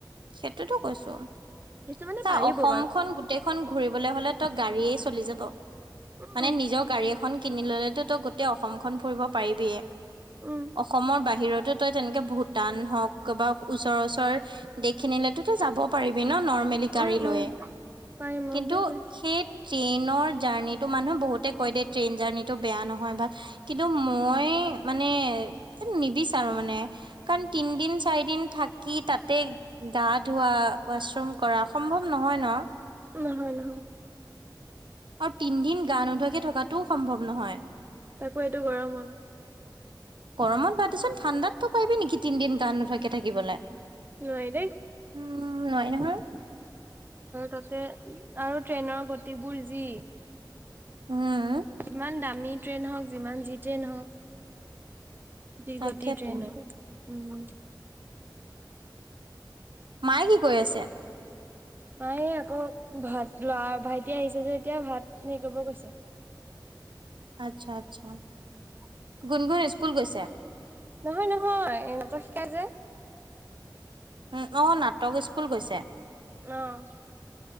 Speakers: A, on the right; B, on the right.
A: সেইটোতো কৈছোঁ,
B: কিছুমানে
A: চা
B: পাৰিব
A: অসমখন
B: বাৰু
A: গোটেইখন ঘূৰিব। ঘূৰিবলৈ হ'লে ত গাড়ী য়ে চলি যাব,
B: উম,
A: মানে নিজৰ গাড়ী এখন। ইখন কিনি ললেটো তই গোটেই অসমখন ফুৰিব পাৰিবিয়ে,
B: উম,
A: অসমৰ বাহিৰত তই তেনেকে ভূটান হওঁক বা ওচৰ, ওচৰ দেশখিনিলেতো তই যাব পাৰিবি ন নৰ্মেল। মেলি গাড়ী
B: উম,
A: লয়,
B: উম, পাৰিম
A: কিন্তু
B: অ', সেইটোৱে
A: সে ট্ৰেইনৰ জাৰ্ণিটো মানুহে বহুতে কয় দে, ট্ৰেইন জাৰ্ণিটো বেয়া নহয় ভাল, কিন্তু মই মানে নিবিচাৰোঁ মানে কাৰণ তিনদিন, চাৰি দিন থাকি তাতে। গা ধোৱাা ৱাশৰুম কৰা সম্ভৱ নহয় ন।
B: নহয়, নহয়।
A: আৰু তিনদিন গা নোধোৱাকে থকাটোও সম্ভৱ নহয়।
B: তাকো এইটো গৰমত।
A: গৰমত বাদচোন ঠাণ্ডাতো পাৰিবি নেকি তিনদিন গা নোধোৱাকে থাকিবলৈ?
B: নোৱাৰি দেই।
A: উম, নোৱাৰি ন।
B: ততে আৰু ট্ৰেইনৰ গতিবোৰ যি।
A: উম।
B: যিমান দামী ট্ৰেইন হওঁক যিমান যি ট্ৰেইন হওঁক, যি
A: তাকেতো
B: গতি ট্ৰেইনত। উম।
A: মায়ে কি কই আছে?
B: মায়ে আকৌ ভাত লৰা-ভাইটি আহিছে যে এতিয়া, ভাত হেৰি কৰিব গৈছে।
A: আচ্ছা, আচ্ছা।
B: <inaudible>
A: গুণগুণ স্কুল গৈছে।
B: নহয়, নহয় এ নাটক শিকাই যে।
A: উম, অ' নাটক স্কুল গৈছে।
B: অ'।